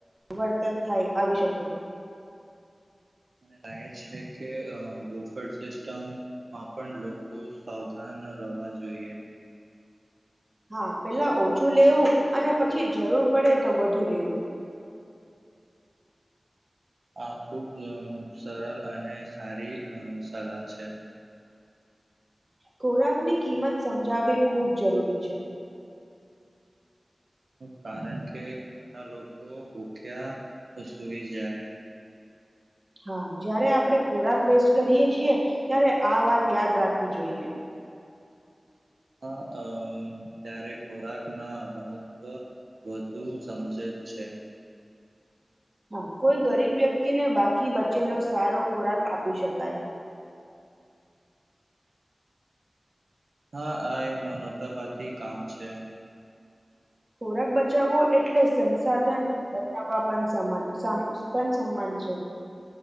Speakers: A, on the right (about 30°); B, on the right (about 75°).
A: વર્તન થાય આવી શકે
B: મને લાગે છે કે બોફટ સિસ્ટમમાં પણ લોકો સાવધાન રહેવા જોઈએ
A: હા પેલા ઓછું લેવું અને પછી જરૂર પડે તો વધુ લેવું
B: આ ખુબ સરલ અને સારી સલાહ છે
A: ખોરાકની કિંમત સમજાવવી ખૂબ જરૂરી છે
B: કારણ કે ઘના લોકો ભૂખ્યા સુૂઈ જાય
A: હા જારે આપણે ખોરાક વેસ્ટ કરીએ છીએ ત્યારે આ વાત યાદ રાખવી જોઈએ
B: હા અ ત્યારે ખોરાક ના મહત્વ વધુ સમજે જ છે
A: હા કોઈ ગરીબ વ્યક્તિને બાકી બચેલો સારો ખોરાક આપી શકાય
B: હા આ એ મનોવતાવાથી કામ છે
A: હોરા આખબ બચાવો એટલે સંસાધન બચવા પણ સમાન પણ સમાન છે